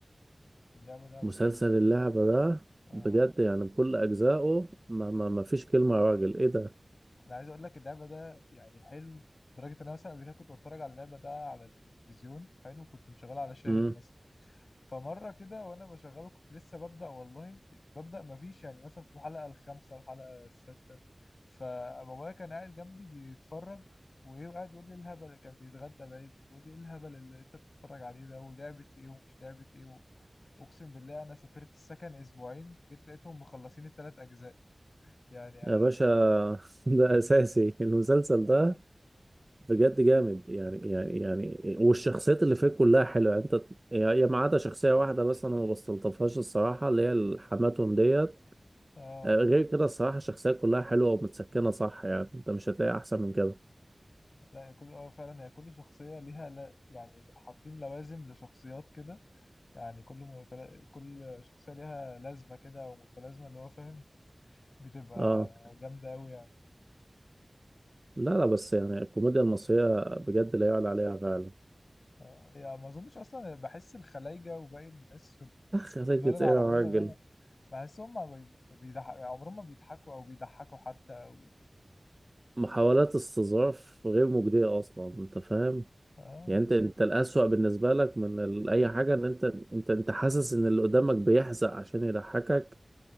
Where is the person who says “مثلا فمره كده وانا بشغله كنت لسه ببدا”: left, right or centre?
Left